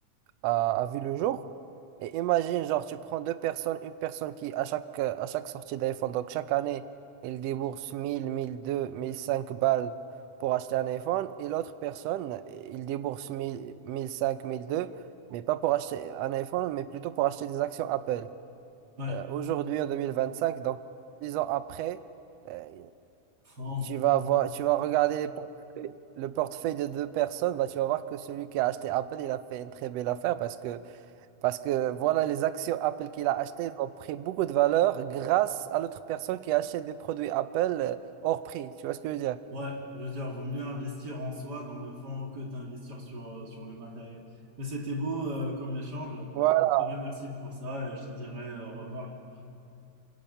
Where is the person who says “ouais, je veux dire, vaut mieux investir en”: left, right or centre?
Right